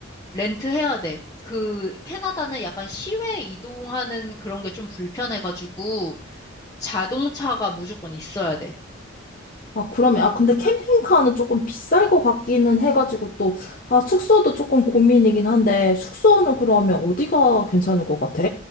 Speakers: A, on the left; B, on the left.
A: 렌트해야 돼. 그, 캐나다는 약간 시외 이동하는 그런 게 좀 불편해가지고, 자동차가 무조건 있어야 돼.
B: 아, 그러면, 아, 근데 캠핑카는 조금 비쌀 것 같기는 해가지고 또, 아, 숙소도 조금 고민이긴 한데, 숙소는 그러면 어디가 괜찮을 것 같아?